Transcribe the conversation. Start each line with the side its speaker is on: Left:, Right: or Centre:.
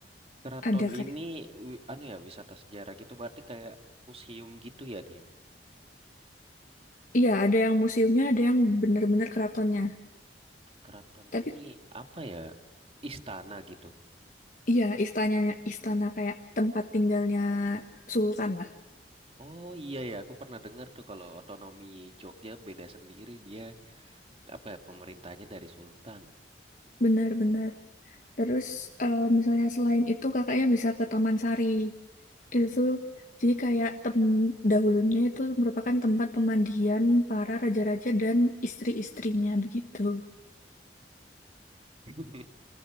Right: Keraton
Left: Ada kayak
Right: ini wi- anu ya wisata sejarah gitu berarti kayak museum gitu ya dia.
Left: Iya, ada yang museumnya, ada yang bener-bener keratonnya.
Right: Keraton
Left: Tapi
Right: ini apa ya? Istana gitu.
Left: iya, istananya istana kayak tempat tinggalnya sultan lah.
Right: Oh iya ya, aku pernah dengar tuh kalau otonomi Jogja beda sendiri dia apa ya pemerintahnya dari sultan.
Left: Benar-benar. Terus eh, misalnya selain itu kakaknya bisa ke Taman Sari. Itu jadi kayak tem dahulunya itu merupakan tempat pemandian para raja-raja dan istri-istrinya begitu.
Right: <laughs>